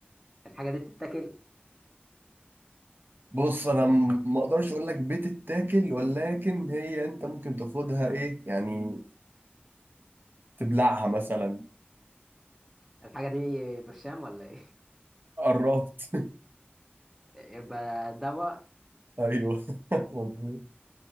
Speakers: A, in the centre; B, on the right (about 55°).
A: الحاجة دي بتتاكل
B: بص انا م- ما اقدرش اقول لك بتتاكل ولكن هي انت ممكن تاخدها ايه يعني تبلعها مثلا
A: الحاجة دي برشام ولا ايه <laughs>
B: قربت
A: يبقى دواء
B: ايوه <laughs> مظبوط